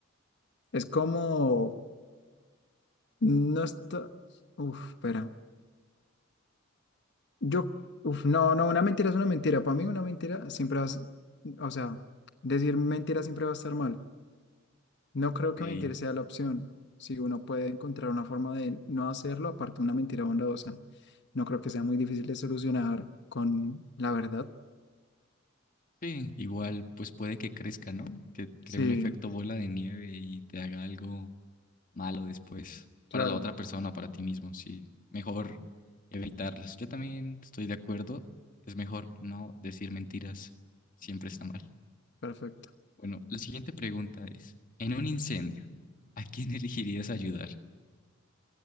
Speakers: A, on the left; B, on the left.
A: Es como, no está, uf, espera. Yo, uf, no, no, una mentira es una mentira. Para mí una mentira siempre va a, s- o sea, decir mentira siempre va a estar mal. No
B: ok.
A: creo que mentir sea la opción. Si uno puede encontrar una forma de no hacerlo, aparte de una mentira bondadosa, no creo que sea muy difícil de solucionar con la verdad.
B: Sí, igual pues puede que crezca, ¿no? Que cree
A: Sí,
B: un efecto bola de nieve y te haga algo malo después
A: claro,
B: para la otra persona, para ti mismo, sí. Mejor evitarlas. Yo también estoy de acuerdo, es mejor no decir mentiras, siempre está mal.
A: perfecto.
B: Bueno, la siguiente pregunta es, en un incendio, ¿a quién <laughs> elegirías ayudar?